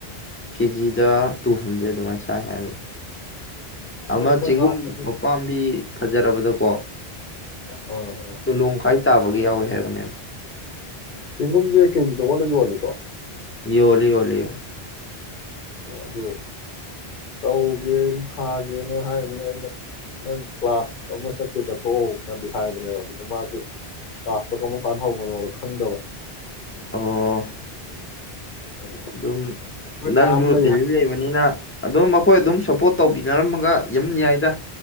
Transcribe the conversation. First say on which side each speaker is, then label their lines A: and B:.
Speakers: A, on the left; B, on the left.
A: ꯀꯦꯖꯤꯗ ꯇꯨ ꯍꯟꯗ꯭ꯔꯦꯗ ꯑꯗꯨꯃꯥꯏꯅ ꯆꯠ ꯥꯏ ꯍꯥꯏꯕꯅꯤ
B: ꯅꯣꯏ
A: ꯑꯃ
B: ꯑꯩꯈꯣꯏ
A: ꯆꯦꯡꯒꯨꯝ
B: ꯅꯅꯥꯎꯄꯥꯗꯣ
A: ꯃꯄꯥꯝꯕꯤ ꯐꯖꯔꯕꯗ ꯀꯣ
B: ꯑꯥ
A: ꯇꯨꯂꯣꯡꯈꯥꯏ ꯇꯥꯕꯒ ꯌꯥꯎꯋꯦ ꯍꯥꯏꯕꯅꯦꯕ
B: ꯆ‌ꯦꯡꯒꯨꯝꯁꯦ ꯀꯦꯖꯤꯗ ꯑꯣꯜꯂ ꯌ‌ꯣꯜꯂꯤꯀꯣ
A: ꯌꯣꯜꯂꯤ ꯌ‌ꯣꯜꯂꯤ
B: ꯑꯣ ꯑꯗꯨ ꯇꯧꯒꯦ ꯊꯥꯒꯦꯅ ꯍꯥꯏꯃꯤꯅ ꯑꯩꯅ ꯅꯪ ꯀ꯭ꯂꯥꯁ ꯑꯃ ꯆꯠꯀꯦ ꯆꯠꯊꯣꯛꯑꯣꯅꯗꯤ ꯍꯥꯏꯕꯅꯦꯕ ꯑꯗꯨꯗ ꯃꯥꯁꯨ ꯀ꯭ꯂꯥꯁꯇꯣ ꯀꯔꯝ ꯀꯥꯟꯗ ꯍꯧꯕꯅꯣꯗ ꯈꯪꯗꯕ
A: ꯑꯣ
B: ꯎꯝ
A: ꯑꯗꯨꯝ
B: ꯅꯣꯏ
A: ꯅꯪꯁꯨ
B: ꯀꯥ ꯑꯃ ꯂꯩ
A: ꯗꯦꯜꯂꯤ
B: ꯍꯥꯏ
A: ꯂꯩꯕꯅꯤꯅ ꯑꯗꯨꯝ ꯈ‌ꯣꯏ ꯑꯗꯨꯝ ꯁꯄꯣꯔꯠ ꯇꯧꯕꯤꯅꯔꯝꯃꯒ ꯌꯝ ꯌꯥꯏꯗ